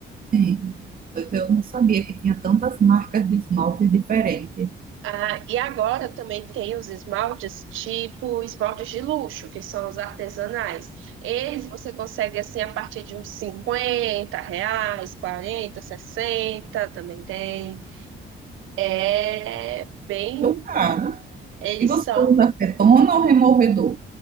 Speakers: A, on the right; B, on the right.
A: Sim. Pois eu não sabia que tinha tantas marcas de esmalte diferentes.
B: Ah, e agora também tem os esmaltes tipo esmaltes de luxo, que são os artesanais. Eles você consegue assim a partir de uns 50 reais, 40, 60, também tem. É bem,
A: Super caro.
B: eles
A: E você
B: são
A: usa acetona ou removedor?